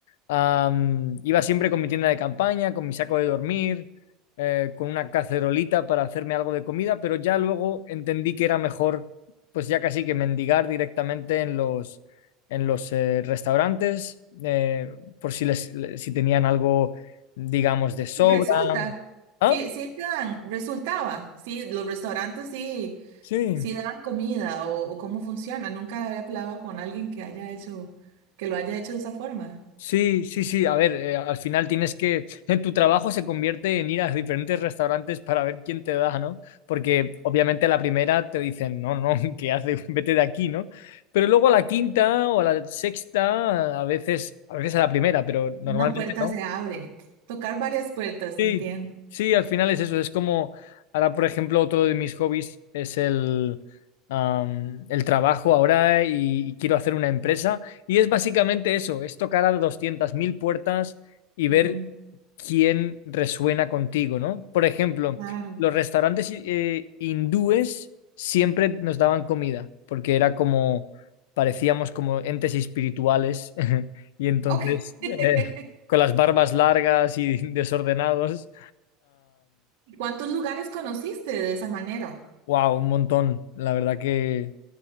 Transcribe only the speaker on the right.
Resulta.
Sí, sí te dan, resultaba. Sí, los restaurantes sí,
sí dan comida o, o cómo funciona. Nunca había hablado con alguien que haya hecho, que lo haya hecho de esa forma.
Una puerta
se abre. Tocar varias puertas,
entiendo.
Ujú,
Claro.
Ok. <laughs>
¿Cuántos lugares conociste de esa manera?